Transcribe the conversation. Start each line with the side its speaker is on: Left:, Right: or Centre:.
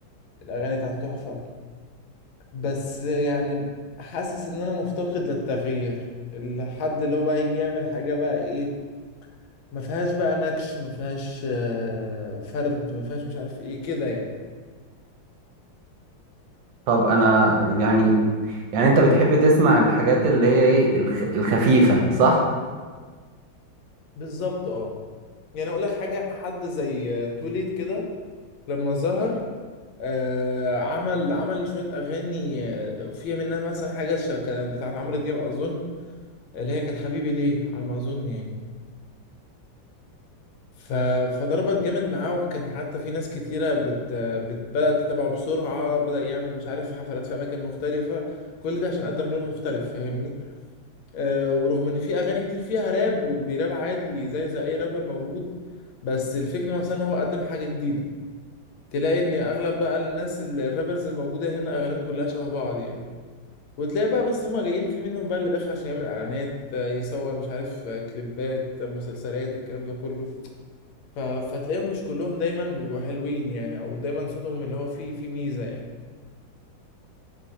Left: الاغاني بتاعته تحفة بس يعني حاسس ان انا مفتقد للتغيير الحد اللي هو هيجي يعمل حاجة بقى ايه ما فيهاش بقى نكش ما فيهاش آه، فرد ما فيهاش مش عارف ايه كده يعني
Right: طب انا يعني يعني انت بتحب تسمع الحاجات اللي هي ايه الخ- الخفيفه صح
Left: بالظبط اه يعني اقول لك حاجه حد زي توليت كده لما ظهر آه عمل عمل شويه اغاني آه، فيها منها مثلا حاجه ش- كانت بتاعت عمرو دياب اظن اللي هي كانت حبيبي ليه على ما اظن يعني ف... فضربت جامد معاه وكان حتى في ناس كتيره بت... بت... بدات تتابعه بسرعه بدأ يعمل مش عارف حفلات في اماكن مختلفه كل ده عشان قدم لون مختلف فاهمني آه، ورغم ان في اغاني كتير فيها راب وبيراب عادي زي زي اي رابر موجود بس الفكره نفسها ان هو قدم حاجه جديده تلاقي ان اغلب بقى الناس ال- الرابرز الموجوده هنا اغانيهم كلها شبه بعض يعني وتلاقي بقى بس هما جايين في منهم بقى اللي داخل عشان يعمل اعلانات آه، يصور مش عارف آه، كليبات آه، مسلسلات الكلام ده كله ف... فتلاقيهم مش كلهم دايما بيبقوا حلوين يعني او دايما صوتهم اللي هو فيه فيه ميزه يعني